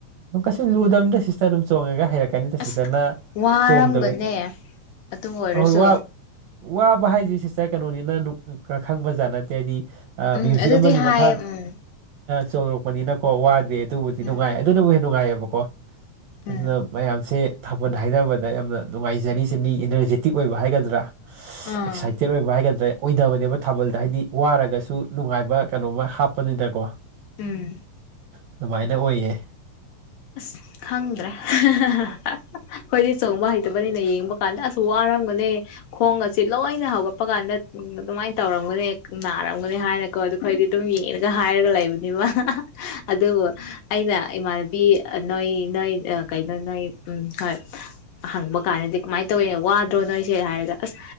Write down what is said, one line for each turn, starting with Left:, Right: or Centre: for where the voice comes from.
Right: ꯑꯗꯨꯝ ꯀꯩꯁꯨ ꯂꯨꯗꯕꯅ ꯁꯤꯁꯇ ꯑꯗꯨꯝ ꯆꯣꯡꯉꯒ ꯍꯩꯔꯛ ꯀꯅꯤꯗ
Left: ꯑꯁ
Right: ꯁꯤꯁꯇꯔꯅ
Left: ꯋꯥꯔꯝꯒꯅꯦ
Right: ꯆꯣꯡꯗꯕ ꯑꯩꯍꯣꯏ
Left: ꯑꯗꯨ ꯑꯣꯏꯔꯁꯨ
Right: ꯋꯥ ꯋꯥꯕ ꯍꯥꯏꯁꯦ ꯁꯤꯁꯇꯔ ꯀꯩꯅꯣꯅꯤꯅ ꯈꯪꯕꯖꯥꯠ ꯅꯠꯇꯦ ꯍꯥꯏꯗꯤ ꯑ
Left: ꯎꯝ
Right: ꯃ꯭ꯌꯨꯖꯤꯛ
Left: ꯑꯗꯨꯗꯤ
Right: ꯑꯃꯒꯤ
Left: ꯍꯥꯏ
Right: ꯃꯈꯥ
Left: ꯎꯝ
Right: ꯆꯣꯔꯛꯄꯅꯤꯅꯀꯣ ꯋꯥꯗꯦ ꯑꯗꯨꯕꯨꯗꯤ ꯅꯨꯡꯉꯥꯏ
Left: ꯎꯝ
Right: <unintelligible> ꯅꯨꯡꯉꯥꯏꯌꯦꯕꯀꯣ ꯑꯗꯨꯅ
Left: ꯎꯝ
Right: ꯃꯌꯥꯝꯁꯦ ꯊꯥꯕꯜ ꯍꯥꯏꯅꯕꯗ ꯌꯥꯝꯅ ꯅꯨꯡꯉꯥꯏꯖꯔꯤꯁꯦ ꯃꯤ ꯏꯅꯔꯖꯦꯇꯤꯛ ꯑꯣꯏꯕ ꯍꯥꯏꯒꯗ꯭ꯔꯥ
Left: ꯑꯥ
Right: ꯑꯦꯛꯁꯥꯏꯇꯦꯠ ꯑꯣꯏꯕ ꯍꯥꯏꯒꯗ꯭ꯔꯥ ꯑꯣꯏꯅꯕꯅꯦꯕ ꯊꯥꯕꯜꯗ ꯍꯥꯏꯗꯤ ꯋꯥꯔꯒꯁꯨ ꯅꯨꯡꯉꯥꯏꯕ ꯀꯩꯅꯣꯝꯃ ꯍꯥꯞꯄꯅꯤꯅꯀꯣ
Left: ꯎꯝ
Right: ꯑꯗꯨꯃꯥꯏꯅ ꯑꯣꯏꯌꯦ
Left: ꯑꯁ ꯈꯪꯗ꯭ꯔꯦ <unintelligible> ꯑꯩꯈꯣꯏꯗꯤ ꯆꯣꯡꯕ ꯍꯩꯇꯕꯅꯤꯅ ꯌꯦꯡꯕ ꯀꯥꯟꯗ ꯑꯁꯨ ꯋꯥꯔꯝꯒꯅꯦ ꯈꯣꯡꯒꯥꯁꯤ ꯂꯣꯏꯅ ꯍꯧꯒꯠꯄ ꯀꯥꯟꯗ ꯑꯗꯨꯃꯥꯏꯅ ꯇꯧꯔꯝꯒꯅꯤ ꯅꯥꯔꯝꯒꯅꯤ ꯍꯥꯏꯅꯀꯣ ꯑꯗꯨꯈꯣꯏꯗꯤ ꯑꯗꯨꯝ ꯌꯦꯡꯉꯒ ꯍꯥꯏꯔꯒ ꯂꯩꯕꯅꯦꯕ ꯑꯗꯨꯕꯨ ꯑꯩꯅ ꯏꯃꯥꯟꯅꯕꯤ ꯅꯣꯏ ꯅꯣꯏ ꯀꯩꯅꯣ ꯅꯣꯏ ꯎ ꯍꯣꯏ ꯍꯪꯕ ꯀꯥꯟꯗꯗꯤ ꯀꯃꯥꯏꯅ ꯇꯧꯋꯤꯅꯦ ꯋꯥꯗ꯭ꯔꯣ ꯅꯣꯏꯁꯦ ꯍꯥꯏꯔꯒ ꯑꯁ